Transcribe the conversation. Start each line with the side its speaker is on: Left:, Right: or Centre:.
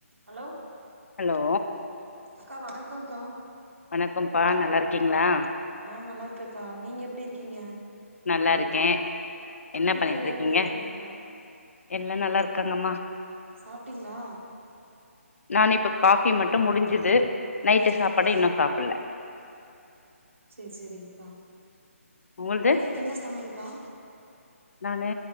Right: ஹலோ
Left: ஹலோ
Right: அக்கா வணக்கோங்கா
Left: வணக்கம்ப்பா நல்லாருக்கீங்ளா
Right: ஆ நல்லாருக்கக்கா நீங்க எப்டி இருக்கீங்க
Left: நல்லாருக்கே என்ன
Right: வீட்ல
Left: பண்ணிட்ருக்கீங்க
Right: எல்லா எப்டி இருக்காங்கக்கா
Left: எல்லா நல்லாருக்காங்கம்மா
Right: சாப்ட்டீங்ளா
Left: நானு இப்ப காஃபி மட்டு முடிஞ்சுது நைட்டு
Right: ம்
Left: சாப்பாடு
Right: ம்
Left: இன்னு சாப்பில்ல
Right: செரி செரிங்கா
Left: உங்கள்து
Right: நைட்டுக்கு என்ன சமையல்கா
Left: நானு